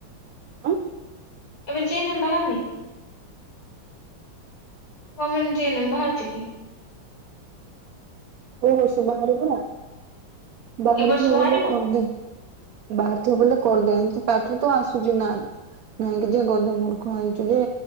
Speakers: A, on the right (about 80°); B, on the left (about 45°).
A: ଉଁ।
B: ଏବେ ଜିଏନେମ୍ ବାହାରନି ଗମେଣ୍ଟ ଜଏନେମ୍ ବାହାରିଚି କି?
A: ଓହୋ ସୁ ବାହାରିବନା ବାହାରୁଥିଲେ
B: ଏ ବର୍ଷ ବାହାରିବ
A: ବୋଲେ କରିଦେ। ବାହାରଥିବ ବୋଲେ କରିଦଉନୁ ତୋତେ ପାଠ ତ ଆସୁଚି ନା। ନାଇଁକି ଯେ ଗଧ ମୂର୍ଖ ହେଇଚୁ ଯେ